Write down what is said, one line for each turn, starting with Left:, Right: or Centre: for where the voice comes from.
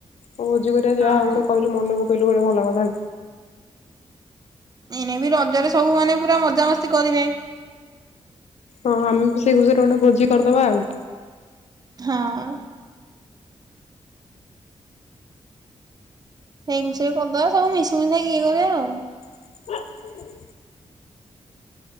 Left: ଭୋଜି କରିବା ଯାହାହୋଉ
Right: ହଁ
Left: ଗୋଟେ କହିଲୁ ମନପକେଇଲୁ ଗୋଟେ ଭଲ କଥା
Right: ଏନେ ବି ରଜରେ ସବୁ ମାନେ ପୁରା ମଜାମସ୍ତି କରିବେ।
Left: ହଁ ଆମେ ବି ସେ ଖୁସିରେ ଗୋଟେ ଭୋଜି କରିଦବା ଆଉ।
Right: ହଁ। ସେଇ ଖୁସିରେ କରିଦବା ସବୁ ମିଶିମୂଷାକି ଇଏ କରିବା ଆଉ।
Left: ହ